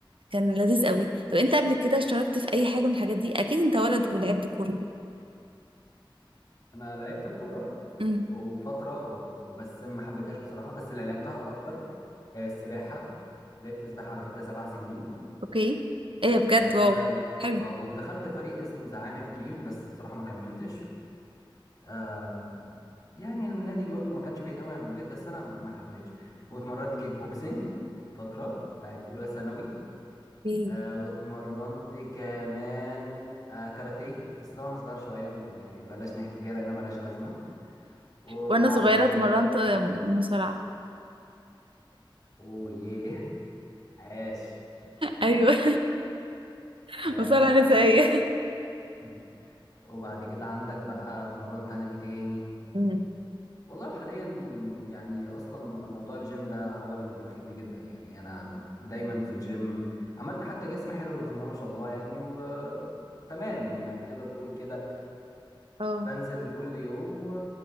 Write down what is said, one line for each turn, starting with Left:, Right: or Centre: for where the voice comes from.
Right: كان لذيذ قوي طب انت قبل كده اشتركت في اي حاجة من الحاجات دي اكيد انت ولد ولعبت كورة
Left: انا لعبت كوره
Right: امم
Left: وفتره و- وبس ما حبيتهاش بصراحه بس اللي لعبتها اكتر آه، السباحه لعبت سباحه على فكره سبع سنين
Right: اوكي ايه بجد
Left: بس
Right: واو
Left: اه
Right: حلو
Left: آه، ودخلت فريق اسمه زعانف جيم بس بصراحه ما كملتش آه، يعني النادي برضو ما كانش بعيد قوي عن البيت بس انا ما حبيتش واتمرنت كيك بوكسنج فتره بتاعت اولى ثانوي
Right: إيه.
Left: آه واتمرنت كمان آه كاراتيه بس ده وانا صغير شويه يعني بلاش نحكي فيها لانها ملهاش لازمه وبعد
Right: وانا صغيرة
Left: كده
Right: اتمرنت مصارعة
Left: اوه <laughs> عاش
Right: <laughs> ايوه <laughs>
Left: وبعد
Right: مصارعة نسائية
Left: كده <laughs> وبعد كده عندك بقى اتمرنت انا ايه تاني
Right: امم
Left: والله حاليا يعني اصلا موضوع الجيم ده هو اللي واخدني جدا يعني انا دايما في الجيم عملت حتى جسم حلو بسم الله ما شاء الله يعني و تمام يعني تقدر تقول كده
Right: اه
Left: بنزل كل يوم و